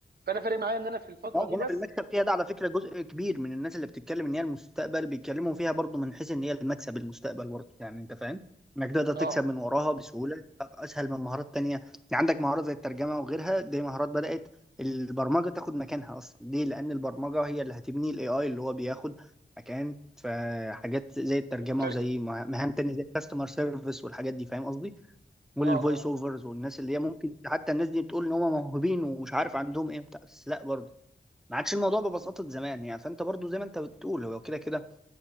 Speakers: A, on the right; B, in the centre.
A: فانا فارق معايا ان انا في الفتره
B: اه
A: دي
B: جانب
A: بس
B: المكسب فيها ده على فكرة جزء كبير من الناس اللي بتتكلم ان هي المستقبل بيتكلموا فيها برضو من حيث ان هي المكسب المستقبل برضو يعني انت فاهم انك تقدر تكسب
A: اه
B: من وراها بسهولة بقى اسهل من مهارات تانية يعني عندك مهارة زي الترجمة وغيرها دي مهارات بدأت البرمجة تاخد مكانها اصلا ليه لان البرمجة هي اللي هتبني الاي اي اللي هو بياخد مكان في حاجات زي الترجمة
A: المترجم
B: وزي مه- مهام تانية زي الكاستمر سيرفيس والحاجات دي فاهم قصدي والفويس
A: اه اه
B: اوفرز والناس اللي هي ممكن حتى الناس دي بتقول ان هم موهوبين ومش عارف عندهم ايه بتاع بس لا برضه ما عادش الموضوع ببساطه
A: مم.
B: زمان يعني فانت برضو زي ما انت بتقول هو كده كده